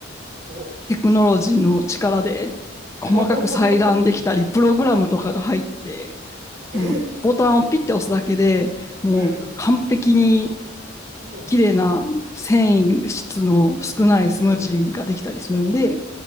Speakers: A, on the right; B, on the left.
A: お
B: テクノロジーの力で、細かく裁断できたり、
A: <laughs>
B: プログラムとかが入ってて、
A: え、
B: あの、ボタンをピッて押すだけで、もう完璧に
A: うん、うん、
B: 綺麗な繊維質の少ないスムージーができたりするんで、
A: うん。